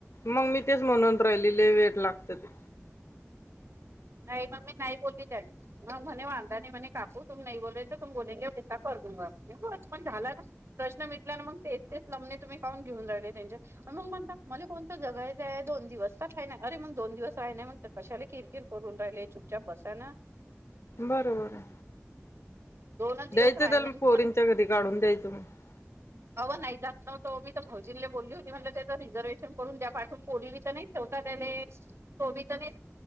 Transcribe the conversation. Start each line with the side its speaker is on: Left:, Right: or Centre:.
Left: मग मी तेच म्हणून राहिलेले वेळ लागत ते-
Right: नाही मग मी नाही बोलली त्या म म्हणे वांदा नाही म्हणे काकू तुम नाही बोले तो तु बोलेेगे करून हो पण झाला ना प्रश् <unintelligible> ट तेच ल तु घेऊ राण कोण जगाय दो दिव <unintelligible> दिवस आहे ना अरे मग दोन दिवस आहे ना मग कशाला किरकिर करून राहिले चुपचाप बसाय ना.
Left: बरोबर आहे.
Right: दोनच दिवस
Left: द्यायचं
Right: राही
Left: त्याला
Right: ना
Left: म पोरींच्या
Right: तुम्हाला
Left: घरी <unintelligible> द्यायचं मग <unintelligible>
Right: अव नाही जात नवतो मी तर भाउजीनले बोलली होती, म्हटलं त्याचं रिझर्वेहेशन करून द्या, पाठून <unintelligible> <inaudible> तर नाही ठेवत. तो <inaudible> तर मी